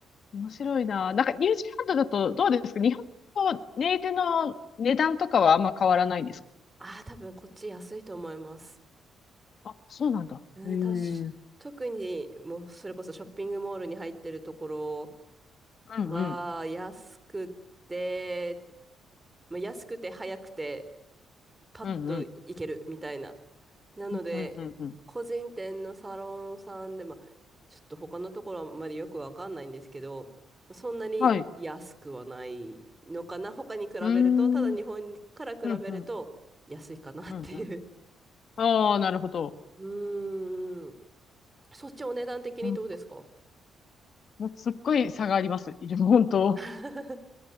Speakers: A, on the left (about 55°); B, on the right (about 15°).
A: 面白いな。なんか、ニュージーランドだとどうですか日本とネイテの値段とかはあんま変わらないんですか
B: ああ、多分こっち安いと思います。
A: あ、そうなんだ。
B: うん、
A: へえ。う
B: たし特に、
A: ん
B: もうそれこそショッピングモールに入ってるところ
A: うん。
B: は、安くて、まあ、安くて早くて、パッと行けるみたいな。
A: うんうん。
B: なので、
A: うんうんうんうん。
B: 個人店のサロンさんで、まあ、ちょっと他のところあんまりよくわかんないんですけど、そんなに安くはないのかな。
A: はい。
B: 他に比べると、
A: うーん。
B: ただ日本から比べると安いかなっていう。
A: うん、うん、うん、うん。ああ、なるほど。
B: うーん。そっちお値段的にどうですか
A: うん、もうすっごい差があります。いる本当。
B: <laughs>